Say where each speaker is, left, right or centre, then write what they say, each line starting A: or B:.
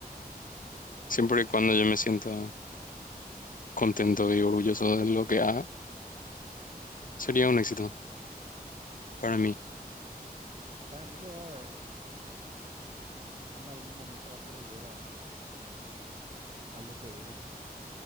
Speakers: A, on the left; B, on the right.
A: Siempre y cuando yo me sienta contento y orgulloso de lo que haga, sería un éxito para mí.
B: Para mí que va, en algún momento vas a volver a, a lo que eras